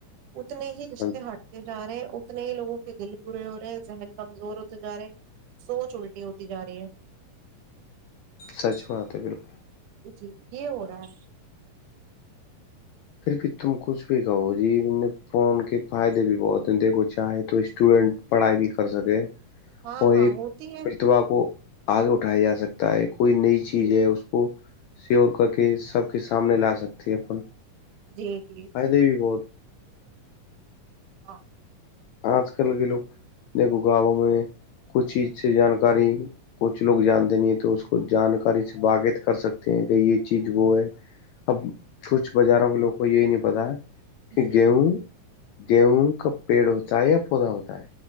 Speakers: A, on the right; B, on the left.
A: اتنے ہی
B: ہے
A: رشتے ہٹتے جا رہے ہیں اتنے ہی لوگ کے دل برے ہو رہے ہیں ذہن کمزور ہوتے جا رہے ہیں سوچ الٹی ہوتی جا رہی ہے
B: سچ ہو آتے بالکل
A: جی یہ ہو رہا ہے
B: پھر بھی تم کچھ بھی کہو جی فون کے فائدے بھی بہت ہیں دیکھو چاہے تو اسٹوڈینٹ پڑھائی بھی کر سکے
A: ہاں
B: اور
A: ہاں
B: ایک
A: ہوتی ہے
B: پرتبا کو آگے اٹھایا جا سکتا ہے ایک کوئی نئی چیز
A: جی
B: ہے اس کو سیور کر کے سب کے سامنے لا سکتے ہیں اپن
A: جی جی
B: فائدے بھی بہت
A: ہاں
B: آج کل کے لوگ دیکھو گاؤوں میں کچھ چیز سے جانکاری کچھ لوگ جانتے نہیں تو اس کو جانکاری سے باغت کر سکتے ہیں کہ یہ چیز وہ ہے اب کچھ بازاروں کے لوگ کو یہی نہیں پتا ہے کہ
A: جی
B: گیہ
A: جی
B: دیہ کا پیڑ ہوتائے یا پودا ہوتائے